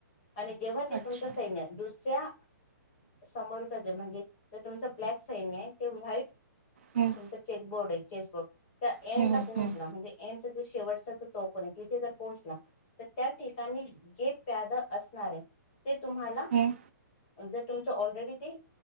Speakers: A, on the left; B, on the right.
A: आणि जेव्हा तुमचं
B: अच्छा
A: सैन्य दुसऱ्या समोरच जे म्हणजे ज तुमचं ब्लॅक सैन्यए - ते व्हाईट
B: हं
A: तुमच चेकबोर्डे हे. चेसबोर्ड. त्या एंडला
B: हं
A: पोहोचणं,
B: हं
A: म्हणजे एंडचा जे शेवटचा जो चौकन तिथे जर पोहोचला, तर त्या ठिकाणी जे प्याद असणार आहे ते तुम्हाला
B: हं हं
A: जर तुमच ऑलरेडी ते